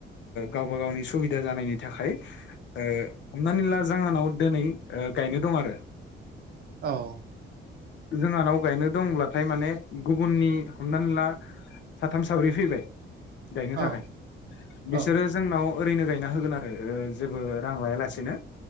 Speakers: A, on the left (about 65°); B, on the right (about 50°).
A: गावबा गावनि सुबिदा जानायनि थाखाय हमनानै ला जोंहानाव दिनै गायनो दं आरो
B: औ
A: जोंहानाव गायनो दंब्लाथाय माने गुबुननि हमनानै ला साथाम साब्रै फैबाय गायनो
B: औ
A: थाखाय बिसोरो
B: औ
A: जोंनाव ओरैनो गायना होगोन आरो जेबो रां लायालासेनो